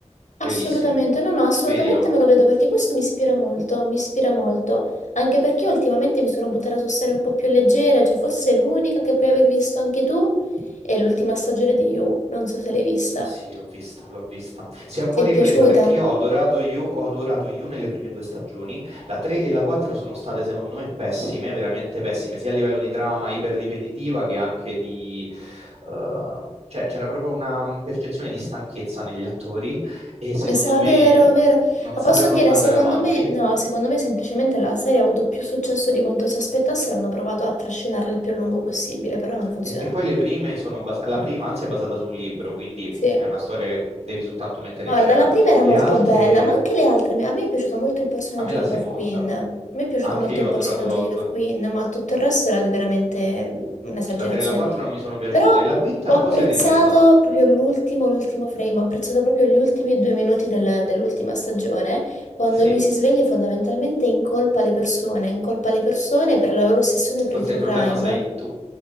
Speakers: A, on the right; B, on the left.
A: Bellissimo.
B: Assolutamente, no, no, assolutamente
A: Vedilo.
B: me lo vedo perché questo mi ispira molto, mi ispira molto, anche perché ultimamente mi sono buttata su serie un po' più leggere, cioè forse è l'unica che puoi aver visto anche tu è l'ultima stagione di You, non so se l'hai vista.
A: Sì, l'ho vista, l'ho vista. Si è un
B: Ti
A: po'
B: è
A: ripresa
B: piaciuta?
A: perché io ho adorato You, ho adorato You nelle prime due stagioni. La 3 e la 4 sono state, secondo me, pessime, veramente pessime, sia a livello di trama iperripetitiva che anche di... eh, cioè, c'era proprio una percezione di stanchezza negli attori e secondo
B: Eh, sa,
A: me
B: vero, vero.
A: non
B: Ma
A: sapevano
B: posso dire,
A: come andare
B: secondo
A: avanti
B: me, no, secondo me semplicemente la serie ha avuto più successo di quanto si aspettassero, hanno provato a trascinarla il più a lungo possibile, però non funziona.
A: Perché poi le prime sono basate, la prima anzi è basata su un libro, quindi
B: Sì.
A: è una storia che devi soltanto mettere
B: Guarda,
A: in scena.
B: la prima era
A: Le
B: molto
A: altre,
B: bella, ma anche le altre. A me è piaciuto molto il personaggio
A: a me la
B: di
A: seconda,
B: Love Queen. A me è piaciuto
A: anche
B: molto
A: io
B: il
A: ho
B: personaggio
A: adorato Love.
B: di Love Queen, ma tutto il resto era di veramente mm, un'esagerazione.
A: La 3 e la 4 non mi sono piaciute,
B: Però
A: e la quinta
B: ho
A: un
B: apprezzato
A: po' si è ripresa.
B: proprio l'ultimo, l'ultimo frame, ho apprezzato proprio gli ultimi due minuti del- dell'ultima stagione, quando
A: Sì,
B: lui si sveglia e fondamentalmente incolpa le persone, incolpa le persone per la loro ossessione per
A: forse
B: il true
A: il problema
B: crime.
A: sei tu.